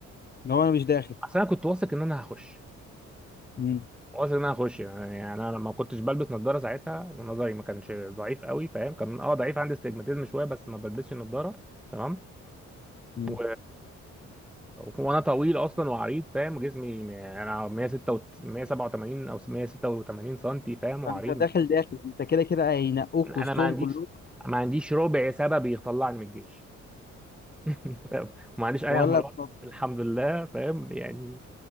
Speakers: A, on the left; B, in the centre.
A: اللي هو انا مش داخل
B: اصل انا كنت واثق ان انا هخش
A: مم.
B: واثق ان انا هخش يعني, يعني انا ما كنتش بلبس نظاره ساعتها ونظري ما كانش ضعيف قوي فاهم كان اه ضعيف عندي استجماتيزم شويه بس ما بلبسش نظاره تمام
A: مم.
B: و... وانا طويل اصلا وعريض فاهم جسمي م- انا 186 187 او 186 سنتي فاهم وعريض
A: فانت داخل داخل انت كده كده هينقوك
B: انا
A: وسطهم
B: ما عنديش
A: كلهم
B: ما عنديش ربع سبب يطلعني من الجيش <laughs> فاهم وما عنديش اي
A: ولا
B: امراض
A: بنض...
B: الحمد لله فاهم يعني